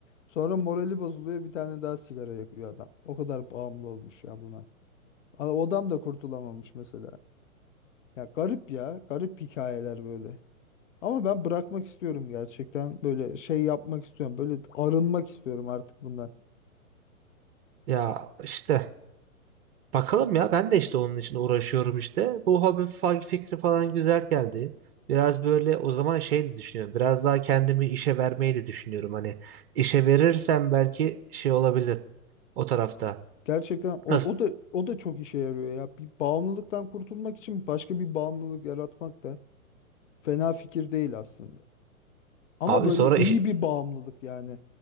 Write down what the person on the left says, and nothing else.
Sonra morali bozuluyor bir tane daha sigara yakıyor adam. O kadar bağımlı olmuş ya buna. A- O adam da kurtulamamış mesela. Ya garip ya. Garip hikayeler böyle. Ama ben bırakmak istiyorum gerçekten. Böyle şey yapmak istiyorum. Böyle arınmak istiyorum artık bundan.
Gerçekten o,
o da o da çok işe yarıyor ya. Bir bağımlılıktan kurtulmak için başka bir bağımlılık yaratmak da fena fikir değil aslında. Ama
böyle
iyi
bir bağımlılık yani.